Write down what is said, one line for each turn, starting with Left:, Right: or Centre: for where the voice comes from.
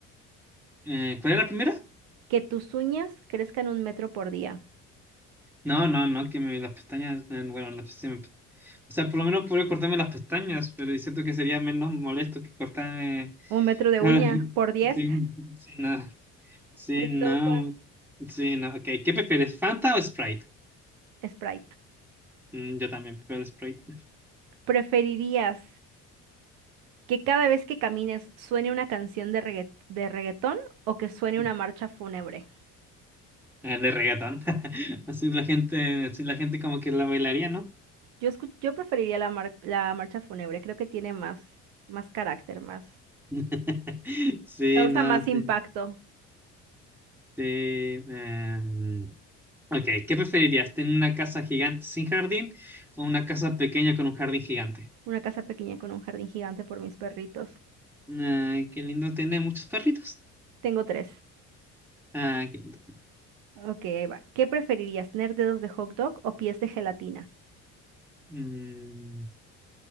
Centre: eh, ¿cuál era la primera?
Right: Que tus uñas crezcan un metro por día.
Centre: No, no, no, que me- las pestañas, eh, bueno, las pestañas, o sea, por lo menos podría cortarme las pestañas, pero siento que sería menos molesto que cortarme
Right: Un metro de
Centre: <laughs>
Right: uña por diez.
Centre: sin, sin nada. Sí,
Right: Te toca.
Centre: no, sí, no, ok, ¿qué prefieres, Fanta o Sprite?
Right: Sprite.
Centre: Mm, yo también prefiero el Sprite,
Right: ¿Preferirías Que cada vez que camines suene una canción de regga- de reggaetón o que suene
Centre: <laughs>
Right: una marcha fúnebre.
Centre: Eh, de reggaetón, <laughs> así la gente, así la gente como que la bailaría, ¿no?
Right: Yo, escu- yo preferiría la, mar- la marcha fúnebre, creo que tiene más, más carácter, más,
Centre: <laughs> Sí,
Right: causa
Centre: no,
Right: más
Centre: sí,
Right: impacto.
Centre: sí. em, ok, ¿qué preferirías? ¿Tener una casa gigante sin jardín o una casa pequeña con un jardín gigante?
Right: Una casa pequeña con un jardín gigante por mis perritos.
Centre: Ah, qué lindo tener muchos perritos.
Right: Tengo tres.
Centre: Ah, qué lindo.
Right: Ok, ahí va. ¿Qué preferirías, tener dedos de hot dog o pies de gelatina?
Centre: Mm,